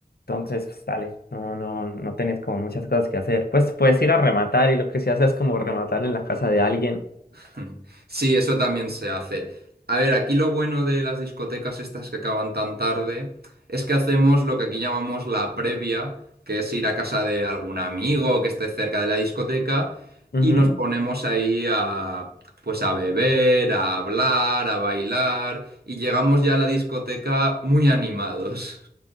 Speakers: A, on the left; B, on the right.
A: Entonces, pues dale, no, no, no tenés como muchas cosas que hacer. Pues puedes ir a rematar y lo que se hace es como rematar en la casa de alguien.
B: <laughs> Sí, eso también se hace. A ver, aquí lo bueno de las discotecas estas que acaban tan tarde es que hacemos lo que aquí llamamos la previa, que es ir a casa de algún amigo que esté cerca de la discoteca
A: Ujú,
B: y nos ponemos ahí a, pues a beber, a hablar, a bailar y llegamos ya a la discoteca muy animados.